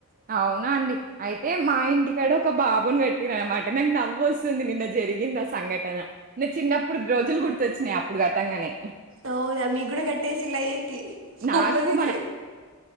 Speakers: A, on the right; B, on the right.
A: అవునా అండి అయితే మా ఇంటికాడ ఒక బాబుని కట్ టిర్ అనమాట నాకు నవ్ వస్తుంది నిన్న జరిగింది ఆ సంఘటన నేను చిన్నప్పుడు రోజులు గుర్తొచ్చినాయి అ ఇప్పుడు కట్టంగానే
B: అవునా మీ కూడా గట్టేసిలా ఏంటి కొంపతీసి
A: నాకు